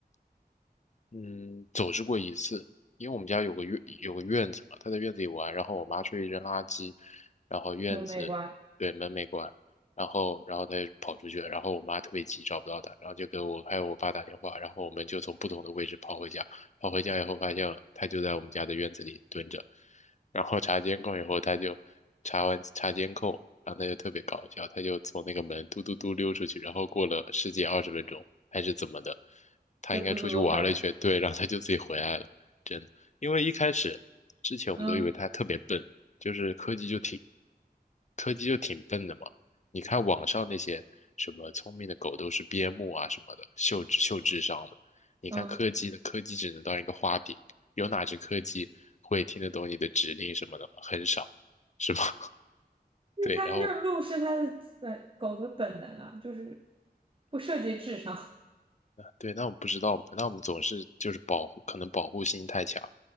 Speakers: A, on the left; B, on the right.
A: 嗯，走失过一次，因为我们家有个院有个院子嘛，他在院子里玩，然后我妈出去扔垃圾，然后院子对门没关，
B: 那有没关，
A: 然后然后他就跑出去了，然后我妈特别急找不到他，然后就给我还有我爸打电话，然后我们就从不同的位置跑回家，跑回家以后发现他就在我们家的院子里蹲着，然后查监控以后他就查完查监控，然后他就特别搞笑，他就从那个门嘟嘟嘟溜出去，然后过了十几二十分钟还是怎么的。他应该出去玩了一圈，
B: 就嘟嘟嘟回来了。
A: 对，然后他就自己回来了，真的。因为一开始之前我们都以为他特别笨，
B: 嗯
A: 就是柯基就挺柯基就挺笨的嘛。你看网上那些什么聪明的狗都是边牧啊什么的，秀智秀智商的。你看柯基的柯基只能当一个花瓶，
B: 嗯，
A: 有哪只柯基会听得懂你的指令什么的吗？很少，是吧？<laughs>
B: 因为它这个路是它的本狗的本能啊，
A: 对，然后
B: 就是不涉及智商。
A: 对，那我不知道嘛，那我们总是就是保护，可能保护心太强，